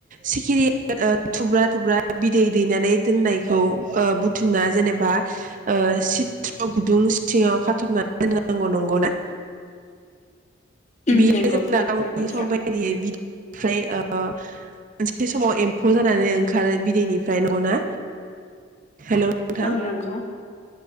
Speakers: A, on the right; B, on the left.
A: सिखिरि ओ थुब्रा-थुब्रा बिदै दैनानै दोननायखौ बुथुमना ओ जेनेबा ओ सिथ्र' गुदुं सिङाव खाथबनानै दोननांगौ। नंगौना?
B: उम
A: जेब्ला
B: नंगौ
A: गावनि
B: नंगौ नोंथां
A: समबायदियै बिदै फ्राय ओ मोनसे समाव एम्फौ जानानै ओंखारो बिदैनिफ्राय नोंगौना? हेलौ नोंथां
B: औ नंगौ